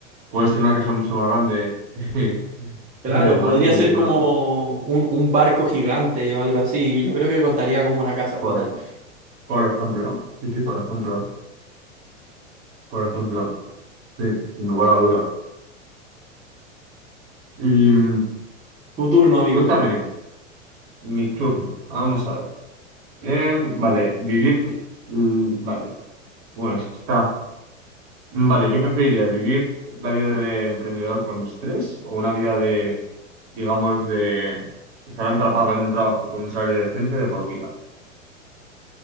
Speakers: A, on the right; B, on the right.
A: puedes tener una casa mucho más grande <laughs>
B: Claro,
A: en el
B: podría
A: mar que en
B: ser
A: medio de
B: como
A: un árbol.
B: un, un barco gigante o algo así. Yo creo que contaría como una casa flotante.
A: Por, por ejemplo, sí, sí, por ejemplo, por ejemplo, sí, sin lugar a dudas. Y mm,
B: Tu turno, amigo.
A: cuéntame, mi turno, vamos a ver. Em, vale, vivir, mm, vale, bueno, es que está. Vale, ¿qué preferirías? ¿Vivir la vida de emprendedor con estrés o una vida de, digamos, de estar atrapado en un trabajo con un salario decente de por vida?